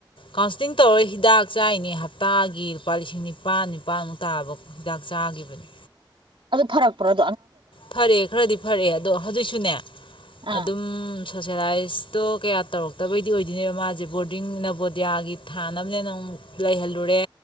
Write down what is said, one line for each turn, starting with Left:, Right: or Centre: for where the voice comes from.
Left: ꯀꯥꯎꯟꯁꯤꯂꯤꯡ ꯇꯧꯔ ꯍꯤꯗꯥꯛ ꯆꯥꯔꯤꯅꯦ ꯍꯞꯇꯥꯒꯤ ꯂꯨꯄꯥ ꯂꯤꯁꯤꯡ ꯅꯤꯄꯥꯟ ꯅꯤꯄꯥꯟꯃꯨꯛ ꯇꯥꯕ ꯍꯤꯗꯥꯛ ꯆꯥꯒꯤꯕꯅꯤ
Right: ꯑꯗꯨ ꯐꯔꯛꯄꯔ
Left: ꯐꯔꯦ ꯈꯔꯗꯤ ꯐꯔꯦ ꯑꯗꯣ ꯍꯧꯖꯤꯛꯁꯨꯅꯦ
Right: ꯑꯥ
Left: ꯑꯗꯨꯝ ꯁꯣꯁꯦꯂꯥꯏꯖꯇꯣ ꯀꯌꯥ ꯇꯧꯔꯛꯇꯕꯩꯗꯤ ꯑꯣꯏꯗꯣꯏꯅꯦꯕ ꯃꯥꯁꯦ ꯕꯣꯔꯗꯤꯡ ꯅꯕꯣꯗꯤꯌꯥꯒꯤ ꯊꯥꯅꯕꯅꯦꯅ ꯑꯃꯨꯛ ꯂꯩꯍꯜꯂꯨꯔꯦ